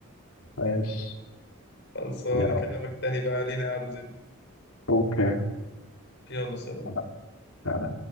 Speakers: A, on the left; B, on the left.
A: ماشي
B: خلصانة
A: يلا
B: أكلمك تاني بقى لينا قعدة زي دي
A: اوكي
B: يلا سلام
A: خلاص، تعالى.